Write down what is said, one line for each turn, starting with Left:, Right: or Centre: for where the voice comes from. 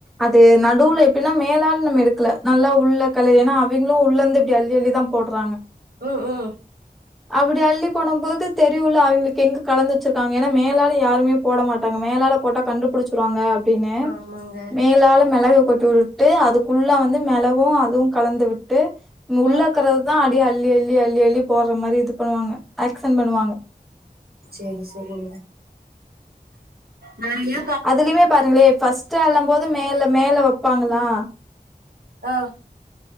Centre: அது நடுவுல எப்பின்னா மேலால நம்ம எடுக்ல நல்லா உள்ள களை ஏனா அவிங்களு உள்ள இருந்து இப்டி அள்ளி அள்ளிதா போட்றாங்க
Right: ஓ ஓ
Centre: அப்டி அள்ளி போடும் போது தெரியுல அவிங்களுக்கு எங்க கலந்து வச்சிருக்காங்க ஏனா மேலால யாருமே போட மாட்டாங்க மேலால போட்டா கண்டுபுடிச்சிருவாங்க அப்டின்னு
Right: ஆமாங்க
Centre: மேலால மெளகு கொட்டி விட்டுட்டு அதுக்குள்ளா வந்து மெளகு அதுவும் கலந்து விட்டு உள்ளாக்குறிறதுதான்
Right: ம்
Centre: அடியே அள்ளி அள்ளி அள்ளி அள்ளி போடுற மாரி இது பண்ணுவாங்க ஆக்சன் பண்ணுவாங்க
Right: சேரி சேரிங்க நறைய
Centre: அதுலயுமே பாருங்களேன் ஃபர்ஸ்ட் அல்ல மோது மேல மேல வெப்பாங்களா
Right: ஆ